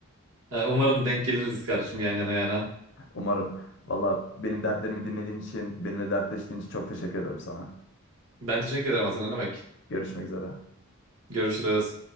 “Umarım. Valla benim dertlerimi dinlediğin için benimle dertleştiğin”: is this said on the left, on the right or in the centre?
Left